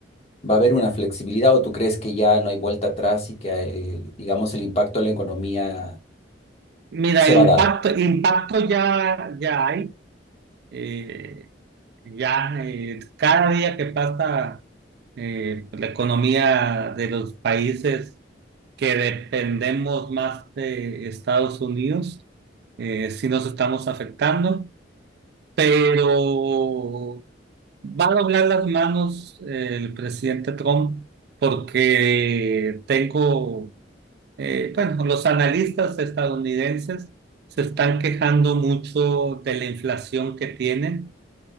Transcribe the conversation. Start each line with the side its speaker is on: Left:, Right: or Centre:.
Left: ¿Va a haber una flexibilidad o tú crees que ya no hay vuelta atrás y que, eh, digamos, el impacto en la economía
Right: Mira,
Left: se
Right: impacto,
Left: va a dar?
Right: impacto ya, ya hay. eh, ya eh, cada día que pasa eh, la economía de los países que dependemos más de Estados Unidos, eh, sí nos estamos afectando, pero va a doblar las manos eh, el presidente Trump porque tengo, eh, bueno, los analistas estadounidenses se están quejando mucho de la inflación que tienen